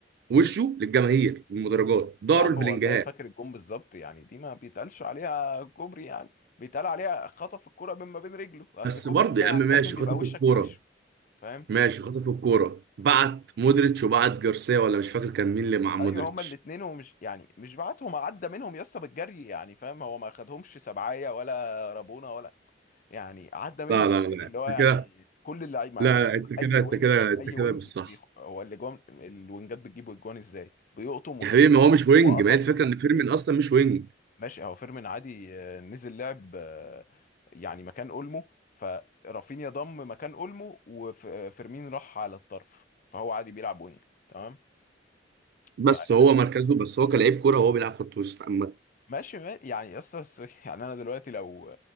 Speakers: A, on the right; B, on the left.
A: وشه للجماهير المدرجات ظهره
B: يا عم
A: لبلينجهام
B: والله فاكر الجون بالظبط يعني دي ما بيتقالش عليها كوبري يعني بيتقال عليها خطف الكرة بين ما بين رجله بس
A: بس
B: كوبري
A: برضه
B: ده
A: يا
B: يعني
A: عم ماشي
B: لازم بيبقى
A: خطف
B: وشك
A: الكوره
B: في وشه فاهم
A: ماشي خطف الكوره بعت مودريتش وبعت جارسيا ولا مش فاكر كان مين اللي مع مودريتش
B: ايوه هما الاثنين ومش يعني مش بعتهم عدى منهم يا اسطى بالجري يعني فاهم هو ما خدهمش سبعايه ولا رابونه ولا يعني عدى منهم
A: لا لا
B: بالجري
A: لا انت
B: اللي هو يعني
A: كده
B: كل اللعيب معلش
A: لا لا انت كده
B: اي
A: انت
B: وينج
A: كده انت
B: اي
A: كده
B: وينج
A: مش صح
B: بيخ... هو الاجوان الوينجات بتجيب اجوان ازاي بيقطم ويشوط
A: يا حبيبي ما هو مش وينج
B: هو قطم
A: ما هي الفكره ان فيرمين اصلا مش وينج
B: ماشي هو فيرمين عادي آه، نزل لعب آه، يعني مكان اولمو فرافينيا ضم مكان اولمو وفيرمين راح على الطرف فهو عادي بيلعب وينج تمام
A: بس
B: فيعني
A: هو مركزه بس هو كلاعب كوره هو بيلعب خط وسط عامه
B: ماشي ما- يعني اصلا <laughs> يعني انا دلوقتي لو